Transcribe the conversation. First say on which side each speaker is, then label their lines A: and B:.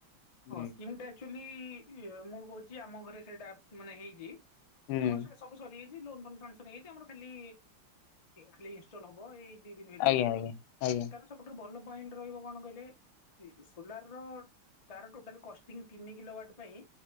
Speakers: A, on the left; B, on the left.
A: ହୁଁ
B: ହଁ ସ୍କିମ୍ ଟା ଆଚୁଲି ମୁଁ କହୁଛି ଆମ ଘରେ ସେଇଟା ମାନେ ହେଇଛି
A: ହୁଁ
B: ଆମ ସବୁ ସରିଯାଇଛି ଲୋନ ଫୋନ ସଂକସନ ହେଇଯାଇଛି ଆମର ଖାଲି ଖାଲି ଇନଷ୍ଟଲ ହବ ଏଇ ଦି ଦିନ ଭିତରେ
A: ଆଜ୍ଞା ଆଜ୍ଞା ଆଜ୍ଞା
B: ତାର ସବୁଠୁ ଭଲ ପଏଣ୍ଟ ରହିବ କଣ କହିଲେ ସୋଲାର ର ତାର ଟୋଟାଲ କଷ୍ଟିଂ ତିନି କିଲୋ ୱାଟ ପାଇଁ